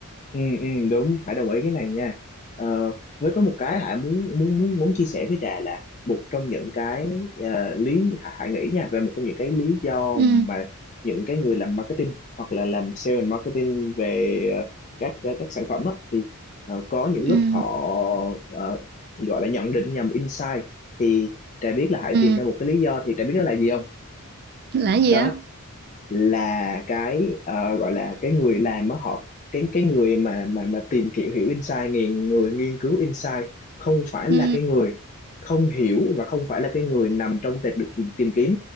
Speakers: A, on the left; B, on the right.
A: ừ ừ đúng phải đồng ý cái này nha ờ, với có một cái Hải muốn muốn muốn muốn chia sẻ với Trà là một trong những cái ờ, lý Hải Hải nghĩ nha về một trong những cái lý do
B: ừ,
A: mà những cái người làm marketing hoặc là làm sale and marketing về ờ, các các các sản phẩm á, thì ờ, có những
B: ừ,
A: lúc họ ờ, gọi là nhận định nhầm insight thì Trà biết là Hải
B: ừ.
A: tìm ra một cái lý do thì Trà biết nó là gì không
B: là gì
A: đó
B: á
A: là cái ờ, gọi là cái người làm á họ cái cái người mà mà mà tìm hiểu hiểu insight nghiền người nghiên cứu insight không phải là
B: ừ,
A: cái người không hiểu và không phải là cái người nằm trong tệp được tìm kiếm